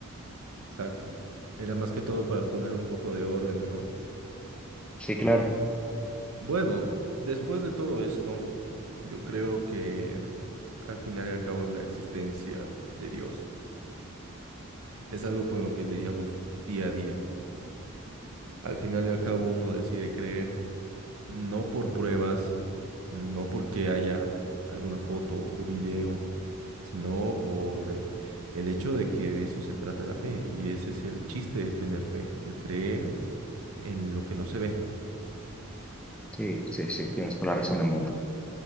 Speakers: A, on the right; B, in the centre.
A: exacto. Era más que todo para poner un poco de orden, ¿no?
B: Sí, claro.
A: Bueno, después de todo esto, yo creo que al final y al cabo la existencia de Dios es algo con lo que lidiamos día a día. Al final y al cabo uno decide creer, no por pruebas, no porque haya alguna foto o video, sino por eh, el hecho de que de eso se trata la fe. Y ese es el chiste de tener fe, el creer en lo que no se ve,
B: Sí, sí, sí, tienes toda la razón del mundo.